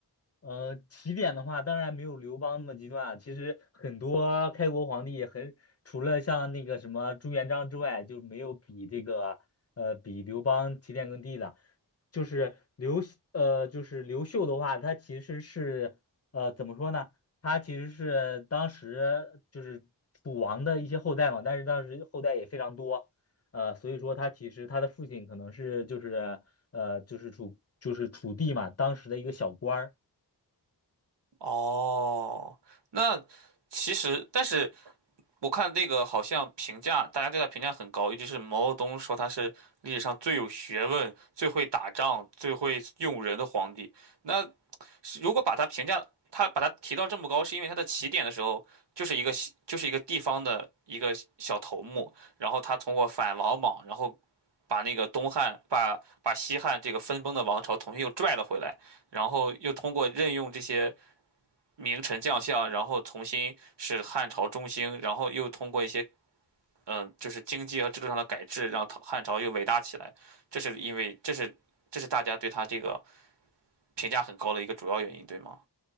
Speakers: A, on the left; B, on the right.
A: 呃，起点的话，当然没有刘邦那么极端啊。其实很多开国皇帝很，除了像那个什么朱元璋之外，就没有比这个呃比刘邦起点更低的。就是刘呃就是刘秀的话，他其实是呃怎么说呢？他其实是当时就是楚王的一些后代嘛，但是当时后代也非常多，呃，所以说他其实他的父亲可能是就是呃就是楚就是楚地嘛，当时的一个小官儿。
B: 哦，那其实，但是我看那个好像评价，大家对他评价很高，尤其是毛泽东说他是历史上最有学问、最会打仗、最会用人的皇帝。那是如果把它评价，它把它提到这么高，是因为它的起点的时候就是一个西就是一个地方的一个小头目，然后他通过反王莽，然后把那个东汉把把西汉这个分崩的王朝重新又拽了回来，然后又通过任用这些名臣将相，然后重新使汉朝中兴，然后又通过一些嗯就是经济和制度上的改制，让唐汉朝又伟大起来。这是因为这是这是大家对他这个评价很高的一个主要原因，对吗？